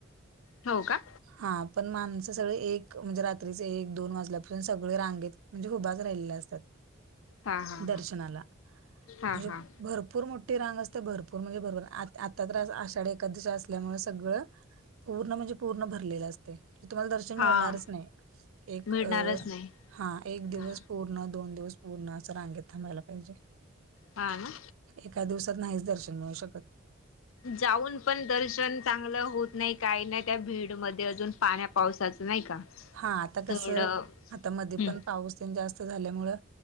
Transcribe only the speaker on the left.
हो का
हा हा
हा
हा हा
हा
मिळणारच
नाही
हा
हा ना.
जाऊन पण दर्शन चांगलं होत नाही काही नाही त्या भीडमध्ये अजून पाण्या पावसाचं नाही का,
थोडं
हम्म